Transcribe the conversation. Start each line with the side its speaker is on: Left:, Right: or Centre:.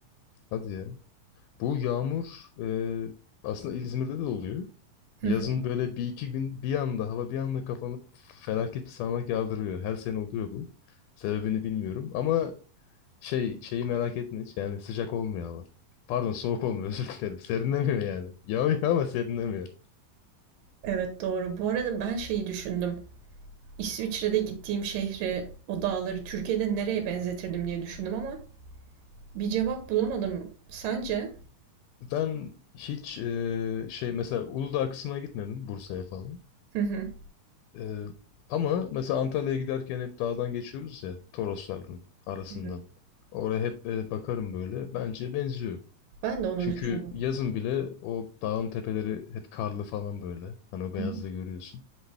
Left: Hadi ya. Bu yağmur e, aslında İzmir'de de oluyor.
Right: Hı
Left: Yazın
Right: hı.
Left: böyle bir iki gün bir anda hava bir anda kapanıp felaket bir sağanak yağdırıyor. Her sene oluyor bu. Sebebini bilmiyorum ama şey şeyi merak etme hiç yani sıcak olmuyor hava. Pardon soğuk olmuyor <laughs> özür dilerim. Serinlemiyor yani. Yağıyor ama serinlemiyor.
Right: Evet doğru. Bu arada ben şeyi düşündüm. İsviçre'de gittiğim şehri, o dağları Türkiye'de nereye benzetirdim diye düşündüm ama bir cevap bulamadım. Sence?
Left: Ben hiç e, şey mesela Uludağ kısmına gitmedim Bursa'ya falan.
Right: Hı hı.
Left: Ee, ama mesela Antalya'ya giderken hep dağdan geçiyoruz ya Toroslardan arasından.
Right: Hı hı.
Left: Oraya hep e, bakarım böyle. Bence benziyor.
Right: Ben de onu
Left: Çünkü
Right: düşündüm.
Left: yazın bile o dağın tepeleri hep karlı falan böyle. Hani o beyazlığı
Right: Hı hı.
Left: görüyorsun.